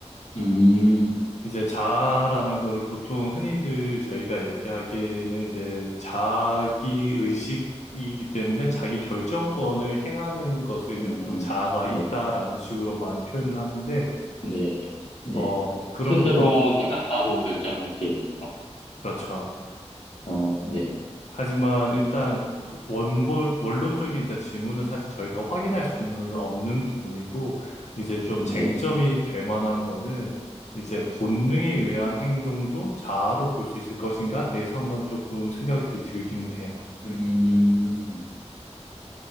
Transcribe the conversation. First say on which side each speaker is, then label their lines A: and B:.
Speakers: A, on the left; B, on the left.
A: 음,
B: 이제 자아라는 거를 보통 흔히들 저희가 얘기하기에는 이제 자기 의식이기 때문에 자기 결정권을 행하는 것을
A: 그렇죠.
B: 이제 보통
A: 어,
B: 자아가
A: 네.
B: 있다라는 식으로 많이 표현을 하는데,
A: 네, 네.
B: 어, 그런
A: 스스로
B: 부분은,
A: 생각하고 결정할 수 있는 거?
B: 그렇죠.
A: 어, 네,
B: 하지만 일단 그 원본 원론적인 이제 질문은 사실 저희가 확인할 수는 없는 부분이고 이제 좀
A: 네.
B: 쟁점이 될 만한 거는 이제 본능에 의한 행동도 자아로 볼 수 있을 것인가 대해서 한번 조금 생각이 들기는 해요.
A: 음,